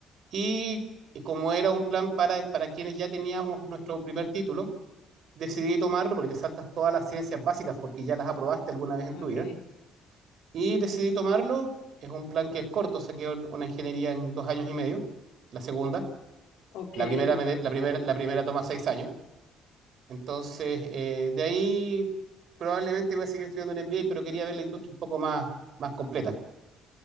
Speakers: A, on the right; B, on the left.
A: Y como era un plan para, para quienes ya teníamos nuestro primer título, decidí tomarlo porque te saltas todas las ciencias básicas porque ya las aprobaste alguna vez en
B: Ah,
A: tu
B: Ok,
A: vida. Y decidí tomarlo. Es un plan que es corto, saqué una ingeniería en dos años y medio, la segunda.
B: ok,
A: La primera,
B: súper.
A: me de- la primera, la primera toma seis años. Entonces, eh, de ahí probablemente voy a seguir estudiando en MBA, pero quería ver la industria un poco más, más completa.